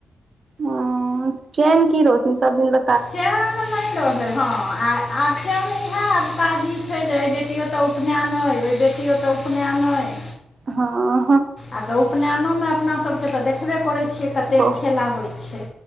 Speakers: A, on the right; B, on the left.
A: ह चेन की रहथिन सबदिन त
B: चेन नहि रहैै हँ, आ आब चेन इएह आब काज इ छै जे बेटियो तऽ उपनयन ऐ ओहि बेटी ओतऽ उपनयन ऐ।
A: हाँ
B: आब त उपनयनो में त अपना सब के तऽ देखबे करै छी कते
A: बहु
B: खेला होइ छै,